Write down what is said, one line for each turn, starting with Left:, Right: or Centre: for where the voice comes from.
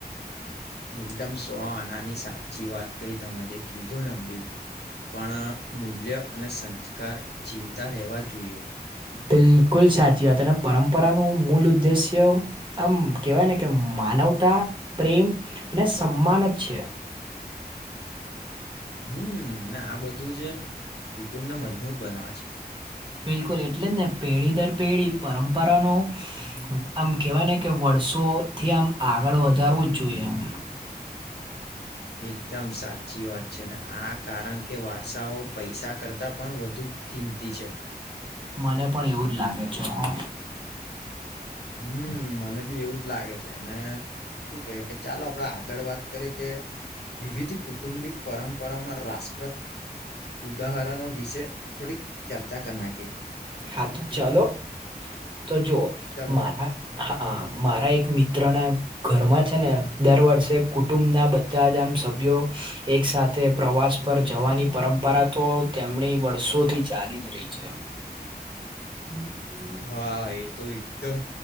Left: એકદમ સો આનાની સાચી વાત કહી, તમે જે કીધું ને અભી પણ મૂલ્ય અને સંસ્કાર જીવતા રહેવા જોઈએ.
Right: બિલકુલ સાચી વાત. અને પરંપરાનું મૂલ ઉદ્દેશ્ય આમ કહેવાય ને કે માનવતા, પ્રેમ, અને સમ્માન જ છે.
Left: હમ્મ. ને આ બધું જે કુટુંબને મજબૂત બનાવે છે.
Right: બિલકુલ એટલે જ ને. પેઢી દર પેઢી પરંપરાનો આમ કેવાય ને કે વર્ષોથી આમ આગળ વધારવું જ જોઈએ એમ.
Left: એકદમ સાચી વાત છે. ને આ કારણ કે વારસાઓ પૈસા કરતા પણ વધુ કિંમતી છે.
Right: મને પણ એવું જ લાગે છે હો!
Left: હમ્મ મને બી એવું જ લાગે છે. અને શું કેય કે ચાલો આપડે આગળ વાત તરીકે વિવિધ કુંટુંબિક પરંપરાના રાસપ્રદ ઉદાહરણો વિશે થોડીક ચર્ચા કર નાખે.
Right: હા તો ચાલો! તો જોવો
Left: ચલો
Right: મારા હા, હા મારા એક મિત્રના ઘરમાં છેને દર વર્ષે કુટુંબના બધા જ આમ સભ્યો એક સાથે પ્રવાસ પર જવાની પરંપરા તો તેમની વર્ષોથી ચાલી જ રહી છે એમ. હમ્મ.
Left: હા એ તો એકદમ